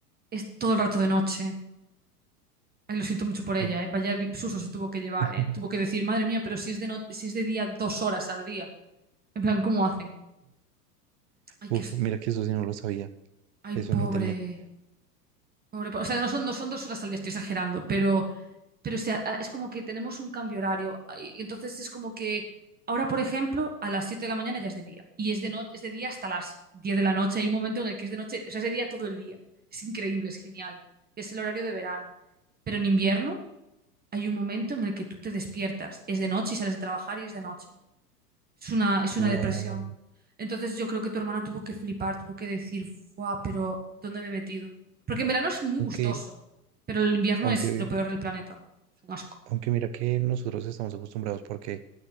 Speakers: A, on the right; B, on the right.
A: es todo el rato de noche. Ay, lo siento mucho por ella,
B: Uf,
A: ¿eh? Vaya vi- susto se tuvo que llevar,
B: <laughs>
A: ¿eh? Tuvo que decir, madre mía, pero si es de, no- si es de día dos horas al día. En plan, ¿cómo hacen? Ay,
B: uf,
A: que es.
B: mira que eso sí no lo sabía.
A: Ay,
B: Eso
A: pobre.
B: no tenía ni idea.
A: Pobre, po- O sea, no son, no son dos horas al día, estoy exagerando, pero, pero o sea, a- es como que tenemos un cambio horario. ay, Y entonces es como que ahora, por ejemplo, a las 7 de la mañana ya es de día. Y es de, no, es de día hasta las 10 de la noche. Hay un momento en el que es de noche, o sea, es de día todo el día. Es increíble, es genial. Es el horario de verano. Pero en invierno hay un momento en el que tú te despiertas. Es de noche y sales de trabajar y es de noche. Es una, es una
B: Wow.
A: depresión. Entonces yo creo que tu hermana tuvo que flipar, tuvo que decir, ¡guau! Pero ¿dónde me he metido? Porque en verano es muy
B: Aunque,
A: gustoso, pero el invierno
B: aunque,
A: es lo peor del planeta. Es un asco.
B: aunque mira que nosotros estamos acostumbrados porque,